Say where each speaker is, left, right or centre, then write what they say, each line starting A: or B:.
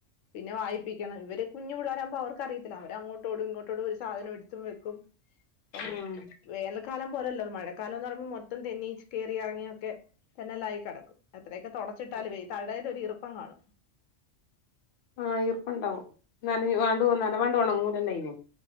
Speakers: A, on the left (about 80°); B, on the left (about 60°).
A: പിന്നെ വായിപ്പിക്കണം ഇവ കുഞ്ഞു പിള്ളരാാവുമ്പോ അവർക്ക് അറയില്ല അവ അങ്ങോട്ട് ടും ഇങ്ങോട്ടോടും സാധനം എടുത്തും വെക്കും അപ്പം
B: ഉം
A: വേന നൽക്കാലം മഴക്കാലം പോലെയല്ലോ പറുമ്പോ മൊത്തം തെന്നീ കയറി ഇറങ്ങിയൊക്കെ തെന്നല്ലായി കിടക്കും എത്രയൊക്കെ തുടച്ചിട്ടാലും
B: അതെ
A: വേയി തഴയത് ഒരുരുപ്പം കാണും
B: ആഹ് ഈർപ്പണ്ടാവും. നൻഞ്ഞിങ്ങാണ്ട് നനവാണ്ട് ഒണങ്ങൂലല്ലെയ്ന്.